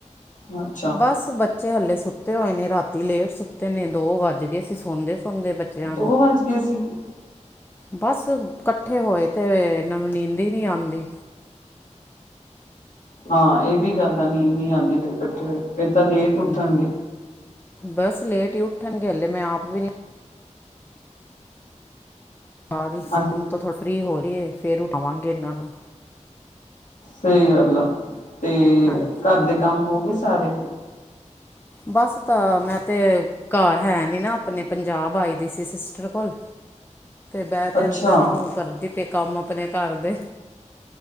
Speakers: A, on the left; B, on the left.
A: ਅੱਛਾ,
B: ਬਸ, ਬੱਚੇ ਹਲੇ ਸੁੱਤੇ ਹੋਏ ਨੇ, ਰਾਤੀ ਲੇਟ ਸੁੱਤੇ ਨੇ, ਦੋ ਵੱਜ। ਵੱਜ ਗਏ ਸੀਂ ਸੌਦੇ ਸੌਦੇ ਬੱਚਿਆਂ
A: ਦੋ
B: ਨੂੰ।
A: ਵੱਜ ਗਏ ਸੀ,
B: ਬਸ, ਇਕੱਠੇ ਹੋਏ ਤੇ ਇਹਨਾਂ ਨੂੰ ਨੀਂਦ ਹੀ ਨਹੀਂ ਆਉਂਦੀ।
A: ਹਾਂ, ਇਹ ਵੀ ਗੱਲ ਆ ਨੀਂਦ ਨੀ ਆਂਦੀ ਫਿਰ ਇਕੱਠੇ ਹੋ, ਫਿਰ ਤਾਂ ਲੇਟ ਉੱਠਣਗੇ।
B: ਹਾਂਜੀ ਬਸ, ਲੇਟ ਹੀ ਉੱਠਣਗੇ ਹਲੇ ਮੈਂ ਆਪ ਵੀ ਨਹੀਂ। ਸਾਰੀਮ
A: ਹਾਂ
B: ਤੋਂ ਥੋ ਫਰੀ ਹੋ ਰਹੀ, ਫੇਰ ਉਠਾਵਾਂਗੇ ਇਹਨਾਂ ਨੂੰ।
A: ਸਹੀ ਗੱਲ ਆ। ਤੇ
B: ਹਾਂਜੀ
A: ਘਰ ਦੇ ਕੰਮ ਹੋ ਗਏ ਸਾਰੇ,
B: ਬਸ ਤਾਂ, ਮੈਂ ਤੇ ਘਰ ਹੈ ਨੀ ਨਾ ਆਪਣੇ ਪੰਜਾਬ ਆਈ ਦੀ ਸੀ। ਸਿਸਟਰ ਕੋਲ, ਮੈਂ, ਤੇ
A: ਅੱਛਾ,
B: ਅੰਦਰ ਆ। ਉਹ ਕਰਦੀ ਪਈ ਕੰਮ ਆਪਣੇ ਘਰ ਦੇ।